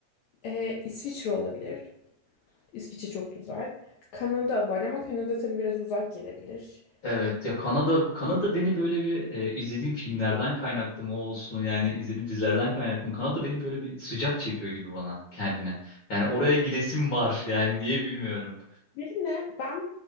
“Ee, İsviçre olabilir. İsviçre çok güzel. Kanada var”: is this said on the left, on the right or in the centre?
Left